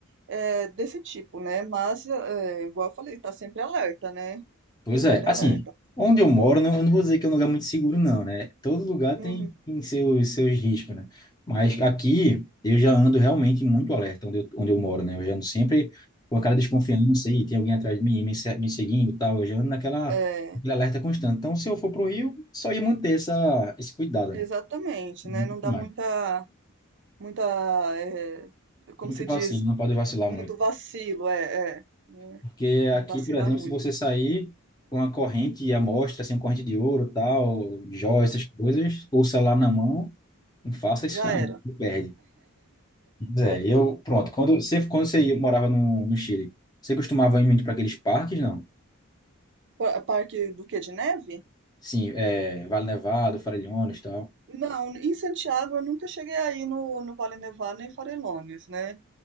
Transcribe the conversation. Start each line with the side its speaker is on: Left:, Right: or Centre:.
Right: é, desse tipo, né? Mas, é, é, igual eu falei, tá sempre alerta, né?
Left: Pois
Right: Tô sempre
Left: é, assim,
Right: alerta.
Left: onde eu moro, não, eu não vou dizer que é um lugar muito seguro, não, né? Todo lugar tem,
Right: Uhum.
Left: tem seus, seus riscos, né? Mas aqui eu já ando realmente muito alerta onde eu, onde eu moro, né? Eu já ando sempre com aquela desconfiança aí, tem alguém atrás de mim me, se- me seguindo e tal, eu já ando naquela,
Right: É,
Left: naquele alerta constante. Então, se eu for pro Rio, só ia manter essa, esse cuidado,
Right: exatamente,
Left: né? Muito
Right: né? Não dá
Left: mais.
Right: muita muita, eh, como
Left: sempre
Right: se
Left: que
Right: diz,
Left: não pode vacilar
Right: muito
Left: muito.
Right: vacilo, é, é, né?
Left: Porque
Right: Não
Left: aqui,
Right: vacilar
Left: por exemplo,
Right: muito.
Left: se você sair com uma corrente à mostra, assim, uma corrente de ouro, tal, joias, essas coisas, ou celular na mão, não faça isso
Right: Já
Left: não,
Right: era.
Left: você perde. Pois É, eu, pronto, quando você, quando você ia- morava no, no Chile, você costumava ir muito para aqueles parques, não?
Right: Pa- Parque do quê? De neve?
Left: Sim, é, Vale Nevado, Farellones, e tal.
Right: Não, em Santiago eu nunca cheguei aí no, no Vale Nevado nem Farelones, né?